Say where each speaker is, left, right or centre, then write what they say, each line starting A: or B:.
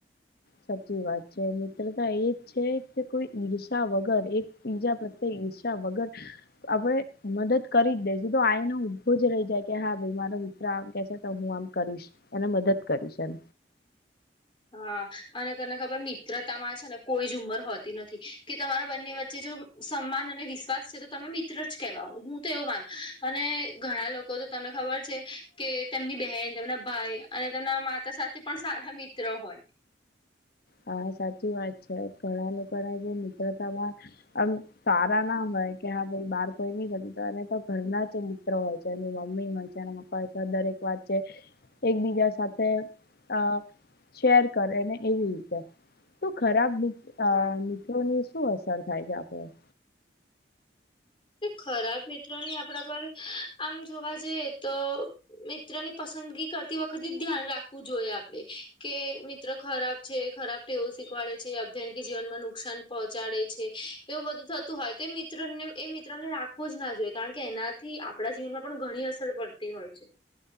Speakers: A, on the left; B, on the left.
A: સાચી વાત છે. મિત્રતા એ જ છે કે કોઈ ઈર્ષા વગર એક બીજા પ્રત્યે ઈર્ષા વગર આપણે મદદ કરી જ દે છે. તો આઈનો ઉભો જ રહી જાય કે, હા ભાઈ મારો મિત ત્ર આમ કહે છે તો હું આમ કરીશ. એને મદદ કરીશ એમ.
B: હા. અને તને ખબર મિત્રતામાં છે ને કોઈ જ ઉંમર હોતી નથી. કે તમારા બંને વચ્ચે જો સન્માન અને વિશ્વાસ છે, તો તમે મિત્ર જ કેવાવ, હું તો એવું માનું. અને ઘણા લોક કો તો તને ખબર છે, કે તેમની બહેન, તેમના ભાઈ અને તેમના માતા સાથે પણ સારા મિત્ ત્ર હોય.
A: હા સાચી વાત છે. ઘણા લોકાના જે મિત્રતામાં આમ સારા ના હોય, કે હા ભાઈ બાર- કોઈ ની તો ઘરના જે મિત્રો હોય છે, એ મમ્મી હોય છે, એ પપ્પા હોય દરેક વાત છે. - એકબીજા સાથે, અ શેર કરેને એવી- તો ખરાબ
B: હા
A: મિત્રનો ની, શું? અસર થાય છે આપડે-
B: ખરાબ મિત્રોની, આપણા પર આમ જોવા જઈ તો- મિત્ર ની પસંદગી કરતી વખતે ધ્યાન રાખવું જોઈએ, આપડે કે મિત્ર ખરાબ- -છે ખરાબ ટેવઓ શીખવાડે છે, અભ્યાનિક જીવનમાં નુકસાન પહોંચાડે છે. એવું બધું થતું હોય, તે મિત્ર ને- -એ મિત્ર ને રાખવો જ ના જોઈએ. કારણ એનાથી, આપણા જીવનમાં પણ ઘણી અસર પડતી હોય છે.